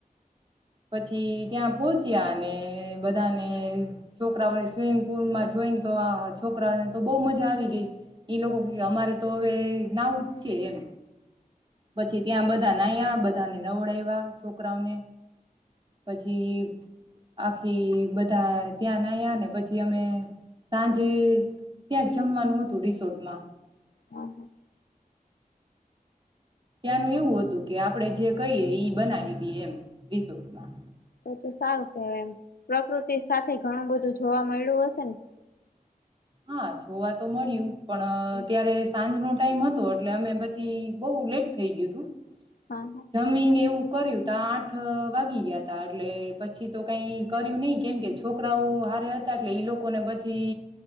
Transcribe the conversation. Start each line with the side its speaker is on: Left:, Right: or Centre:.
Right: પછી ત્યાં પહોચ્યા અને બધાને છોકરાઓને સ્વિમિંગ પુલમાં જોઈને તો આ છોકરાને તો બહ મજા આવી ગઈ એ લોકો અમારે તો હવે ના સ એમ પછી ત્યાં બધા બધા ના્યા બધાને નવડ્યા છોકરાઓને પછી આખી બધા ત્યાં ના્યા ને પછી અમે સાંજે ત્યાં જ જમવાનું હતું રિસોર્ટમાં
Left: હા હા
Right: ત્યાંનું એવું હતું કે આપડણે જે કહીએ બનાવી દઈએ એમ રિસોર્ટમાં
Left: તો તો સારું કેવાય એમ પ્રકૃતિ તે સાથે ઘણું બધું જોવા મળ્યું હશે ને
Right: હા જોવા તો મળ્યું પણ
Left: ને
Right: ત્યારે સાંજનો ટાઈમ હતો એટલે અમે પછી બહુ લેટ થઈ ગયું તું
Left: હા
Right: જમીન એવું કર્યું ત આઠ વાગી ગયા ત એટલે પછી તો કઈ કર્યું નઈિ કેમ કે છોકરાઓ હારે હતા એટલે એઈ લોકોને પછી